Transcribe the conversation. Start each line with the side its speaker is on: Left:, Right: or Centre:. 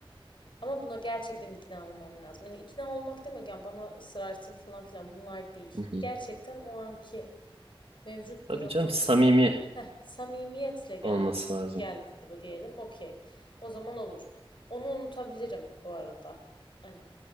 Left: Ama buna gerçekten ikna olmam lazım. Yani ikna olmak demek yani bana ısrar etsin falan filan bunlar değil.
Right: hı hı,
Left: Gerçekten o anki mevcut
Right: Tabii
Left: durumun
Right: canım samimi
Left: Heh, samimiyetle gel
Right: olması lazım.
Left: geldi bu diyelim. Okey. O zaman olur. Onu unutabilirim bu arada. Hani.